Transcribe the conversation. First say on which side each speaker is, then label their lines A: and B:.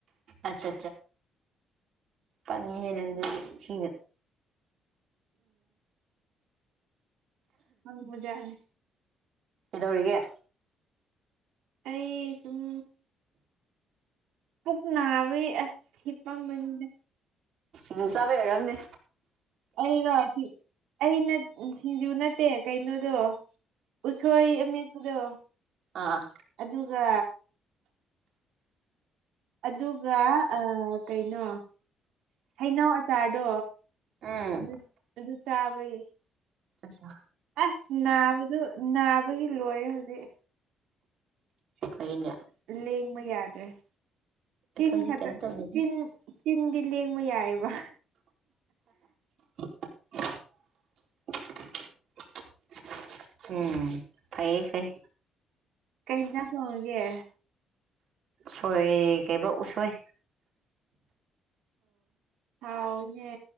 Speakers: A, on the right; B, on the right.
A: ꯑꯆꯥ ꯑꯆꯥꯉꯤꯅ
B: ꯍ ꯍꯖꯔꯦ
A: ꯏꯧꯒ
B: ꯑꯩ ꯁꯝ ꯄꯨꯛ ꯅꯥꯎ ꯑꯁꯤꯁ ꯍꯄꯥ ꯃꯗ
A: ꯍ ꯆꯕ ꯍꯥꯏꯅꯤ
B: ꯑꯩꯅ ꯑꯩ ꯁꯤꯡꯖꯨ ꯅꯠꯇꯦ ꯀꯩꯅꯣꯗꯣ ꯎꯁꯣꯏ ꯑꯃꯦꯠꯇꯨꯗꯣ
A: ꯑꯥ
B: ꯑꯗꯨꯒ ꯑꯗꯨꯒ ꯀꯩꯅꯣ ꯍꯩꯅꯧ ꯑꯆꯥꯔꯗꯣ
A: ꯎꯝ
B: ꯑꯗꯨ ꯑꯗꯨ ꯆꯥꯕꯒꯤ
A: ꯆꯥ
B: ꯑꯁ ꯅꯥꯕꯗꯨ ꯅꯥꯕꯒꯤ ꯂꯣꯏꯔꯦ ꯍꯧꯖꯤꯛ
A: ꯐꯩꯅꯦ
B: ꯎꯝ ꯂꯦꯡꯕ ꯌꯥꯗ꯭ꯔꯦ ꯆꯤꯟ
A: ꯑꯩꯈꯣꯏꯗꯤ
B: ꯈꯗ
A: ꯀꯩꯝ ꯇꯧꯗꯦꯗ
B: ꯆꯤꯟ ꯆꯤꯟꯒꯤ ꯂꯦꯡꯕ ꯌꯥꯏꯑꯕ
A: <inaudible> ꯎꯝ ꯐꯌꯦ ꯐꯩ
B: ꯀꯩꯅꯅꯥ ꯐꯣꯡꯒꯦ
A: ꯁꯣꯏ ꯀꯩꯕ ꯎꯁꯣꯏ
B: ꯍꯥꯎꯅꯦ